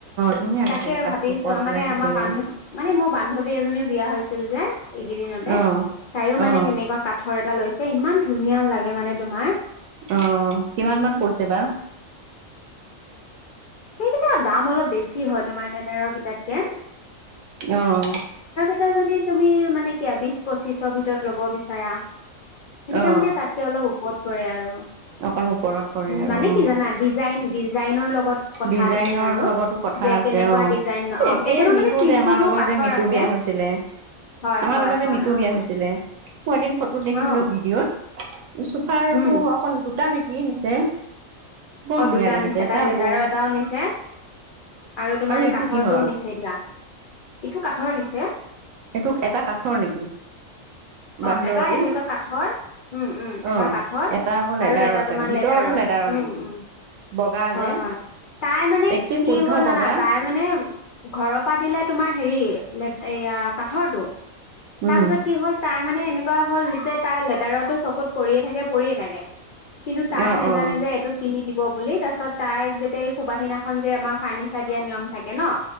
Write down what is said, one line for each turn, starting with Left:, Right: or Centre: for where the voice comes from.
Right: ধুনীয়া
Left: তাক
Right: দেখে
Left: তে
Right: কাঠটো
Left: ভাবিছো
Right: ওপৰত ওলাই
Left: মানে
Right: থাকিলে
Left: আমাৰ বান্ধৱী মানে মোৰ বান্ধৱী এজনীও বিয়া হৈছিল যে এইকেইদিনতে
Right: অ
Left: তাইও
Right: অ
Left: মানে সেনেকুৱা কাঠৰ এটা লৈছে ইমান ধুনীয়া লাগে মানে তোমাৰ।
Right: আহ কিমান মান পৰিছে বা
Left: সেইকেইটাাৰ দাম অলপ বেছি হয় তোমাৰ লটাৰৰ কেইটা
Right: অহ
Left: এয়া যদি তুমি মানে ক বিশ পঁচিশৰ ভিতৰত ল'ব বিচাৰা। সেইকেইটা
Right: অ
Left: মানে তাতকে অলপ ওপৰত পৰে আৰু উ
Right: অকণ ওপৰত পৰে আৰু
Left: মানে
Right: অ
Left: কি জানা ডিজাইন ডিজাইনৰ লগত লগত কথা
Right: ডিজাইনৰ
Left: তুমি আৰু
Right: লগতো কথা
Left: যে
Right: আছে
Left: কেনেকুৱা
Right: অ
Left: ডিজাইন
Right: এই
Left: অ কেতিয়াবা
Right: এই মিতু
Left: মানে চিম্পুলো
Right: যে আমাৰ লগৰ
Left: কাঠৰ
Right: যে মিতু
Left: আছে
Right: বিয়া হৈছিলে
Left: হয়
Right: আমাৰ
Left: হয়
Right: লগত
Left: হয়
Right: যে মৃত্যু
Left: উম
Right: বিয়া হৈছিলে মই এদিন ফটোত দেখিছিলো
Left: অ
Right: ভিডিঅ'ত চোফাৰ
Left: উম
Right: টো অকণ দুটা নেকি নিচে বৰ
Left: অ
Right: ধুনীয়া
Left: দুটা
Right: দেখিছে
Left: নিছে
Right: এটা
Left: তাই লেডাৰৰ
Right: ব
Left: নিছে আৰু তোমাৰ এই
Right: ইটো
Left: কাঠৰটোও
Right: কিহৰ
Left: নিছে এ দিয়া ইটো কাঠৰ নিছে
Right: এইটো এটা কাঠৰ নেকি বাহিৰৰটো
Left: অ' এটাই এনেকুৱা কাঠৰ উম উম এটা
Right: অ
Left: কাঠৰ
Right: এটা আকৌ লেডাৰৰ
Left: আৰু এটা
Right: চাগে
Left: তোমাৰ
Right: ভিতৰতো
Left: লেডাৰৰ উম
Right: নেকি
Left: উম।
Right: বগা
Left: হয়
Right: যে
Left: হয় তাই মানে
Right: একে
Left: কি
Right: শুদ্ধ
Left: হ'ল জানা
Right: বগা
Left: তাই মানে ঘৰৰ পৰা দিলে তোমাৰ হেৰি এয়া কাঠৰটো তাৰপিছত
Right: উম
Left: কি হ'ল তাই মানে এনেকুৱা হল যে, তাৰ লেডাৰো চকুত পৰিয়ে থাকে, পৰিয়ে থাকে। কিন্তু তাই
Right: অ
Left: নোজানে
Right: অ
Left: যে, এইটো কিনি দিব বুলি। তাৰ পাছত তাইক যেতিতে সুবাহিনাখনন যে, আমাৰ ফাৰ্নিিচাৰ দিয়া নিয়ম থাকে ন